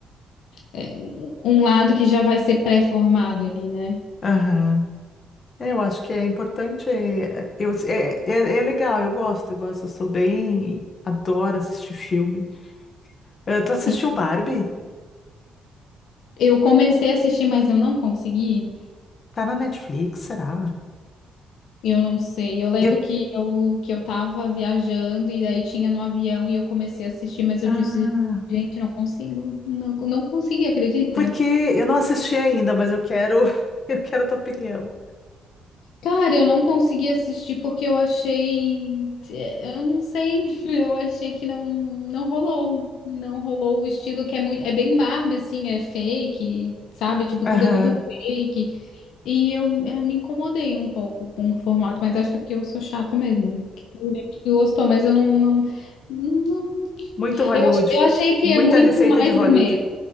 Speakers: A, on the left (about 80°); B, on the left (about 40°).
A: é, um um lado que já vai ser pré-formado ali, né?
B: aham. É, Eu acho que é importante. é, Eu, é, é, é legal, eu gosto, eu gosto, eu sou bem. Adoro assistir filme. Eh, tu assistiu
A: Sim.
B: Barbie?
A: Eu comecei a assistir, mas eu não consegui.
B: Tá na Netflix, será?
A: Eu não sei. Eu lembro
B: Eu,
A: que eu, que eu tava viajando e daí tinha no avião e eu comecei a assistir, mas
B: ah,
A: eu disse, gente, não consigo. Não, não consegui, acredita?
B: porque eu não assisti ainda, mas eu quero, <laughs> eu quero a tua opinião.
A: Cara, eu não consegui assistir porque eu achei, é, eu não sei, <laughs> eu achei que não não rolou, não rolou o estilo que é muito, é bem Barbie assim, é fake, sabe? Tipo, tudo
B: Aham,
A: é muito fake. E eu, é, me incomodei um pouco com o formato, mas acho que é porque eu sou chata mesmo. Que Tem gente que gostou, mas eu não, não, não...
B: Muito Hollywood.
A: Eu, ach- eu achei que
B: Muita
A: é muito
B: receita
A: mais
B: de Hollywood.
A: do mesmo.